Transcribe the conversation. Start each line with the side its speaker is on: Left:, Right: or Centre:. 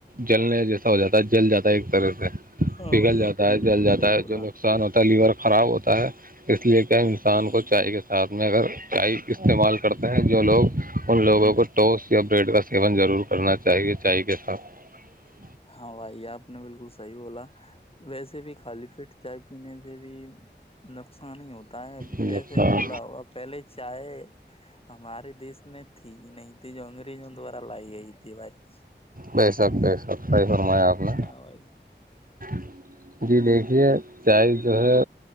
Right: جلنے جیسا ہو جاتا جل جاتا ہے ایک طرح سے
Left: ہاں
Right: پگھل
Left: بھائی
Right: جاتا
Left: آپ نے
Right: ہے جل
Left: بالکل
Right: جاتا
Left: صحیح
Right: ہے
Left: بو
Right: جو نقصان ہوتا <unintelligible> تلیور خراب ہوتا ہے <unintelligible> اس لیے کیا انسان کو چائے کے ساتھ ساتھ میں اگر چائے استعمال کرتے ہیں جو لوگ ان لوگوں کو ٹوس یا بریڈ کا سیون ضرور کرنا چاہیے چائے کے ساتھ <unintelligible>
Left: ہاں بھائی آپ نے بالکل <unintelligible> صحی بولا ویسے بھی خالی پٹ چائے پینے <unintelligible> بھی نقص <unintelligible> نہیں ہوتا ہے
Right: نقصان
Left: جیسے بولا ہوا پہلے <unintelligible> چاہے ہمارے دیس میں تھی نہیں ت جو انگریزوں دوبارا لائی گئی تھی باری
Right: بسک بےسک <unintelligible> فائی فرما آپ نے
Left: ہاں بھائی
Right: <unintelligible> جی دیکھیے چائے جو ہے